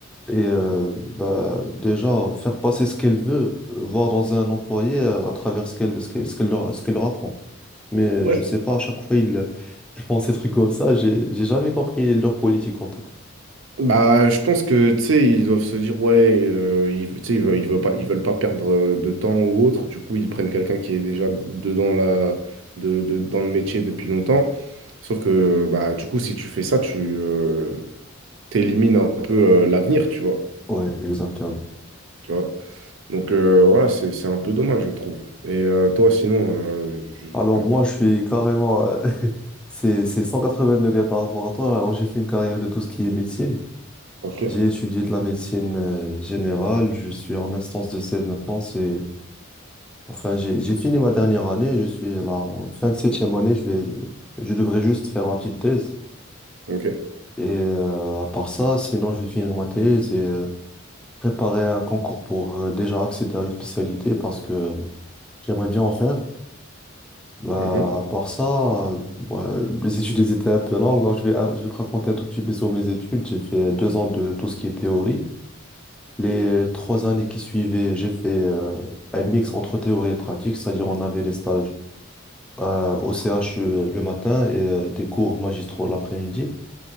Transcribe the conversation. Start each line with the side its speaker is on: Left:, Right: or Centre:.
Centre: et euh, bah, déjà faire passer ce qu'elle veut, euh, voir dans un employé euh, à travers ce qu'elle ce qu'elle, ce qu'elle leur, ce qu'elle leur apprend. Mais
Right: ouais,
Centre: je sais pas, à chaque fois ils, <laughs> ils font ces trucs comme ça, j'ai, j'ai jamais compris leur politique en tout cas.
Right: Bah, je pense que, tu sais, ils doivent se dire, ouais, euh, ils, tu sais, ils veulent, ils veulent pas, ils veulent pas perdre euh, de temps ou autre. Du coup, ils prennent quelqu'un qui est déjà dedans la, de, de- dans le métier depuis longtemps. Sauf que, bah, du coup, si tu fais ça, tu euh, t'élimines un peu euh, l'avenir, tu vois,
Centre: Ouais, exactement.
Right: tu vois. Donc, euh, voilà, c'est, c'est un peu dommage, je trouve. Et euh, toi, sinon, euh, je-
Centre: Alors
Right: t'as-
Centre: moi,
Right: t'as-
Centre: je suis carrément... euh, <laughs> c'est c'est 180 degrés par rapport à toi, alors j'ai fait une carrière de tout ce qui est médecine.
Right: ok,
Centre: J'ai étudié de la médecine euh, générale, je suis en instance de 16 maintenant, c'est enfin j'ai j'ai fini ma dernière année, je suis là en fin de septième année, je vais je, je devrais juste faire ma petite thèse
Right: ok,
Centre: et euh, à part ça, sinon je vais finir ma thèse et euh, préparer un concours pour euh, déjà accéder à une spécialité parce que euh, j'aimerais bien en faire. Bah
Right: mhm,
Centre: à part ça, euh, ouais, les études elles étaient un peu longues, donc je vais je vais te raconter un tout petit peu sur mes études. J'ai fait deux ans de tout ce qui est théorie Les trois années qui suivaient, j'ai fait euh, un mix entre théorie et pratique, c'est-à-dire on avait des stages euh, au CHU euh, le matin et euh, des cours magistraux l'après-midi.